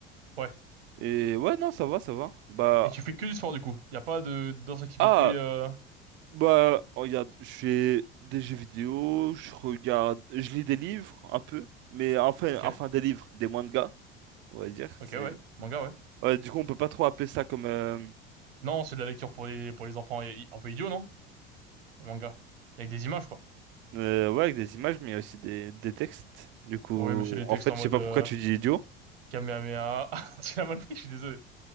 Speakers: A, on the right; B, on the right.
A: Ouais.
B: Et ouais, non, ça va, ça va. Bah
A: Et tu fais que du sport, du coup. Y a pas de, d'autres activités,
B: ah
A: euh...
B: bah oh, regarde, je fais des jeux vidéo, je regarde, je lis des livres un peu, mais enfin,
A: Ok?
B: enfin des livres, des mangas, on va dire.
A: Ok,
B: C'est
A: ouais. Manga, ouais.
B: ouais, du coup, on peut pas trop appeler ça comme euh,
A: Non, c'est de la lecture pour les, pour les enfants. Et- Un peu idiot, non? Un Manga. Avec des images, quoi.
B: Euh, ouais, avec des images, mais il y a aussi des, des textes. Du coup,
A: Oui, mais c'est les textes
B: en fait,
A: en
B: je
A: mode,
B: sais pas
A: euh,
B: pourquoi tu dis idiot.
A: Kamehameha. <laughs> Tu l'as mal pris, je suis désolé.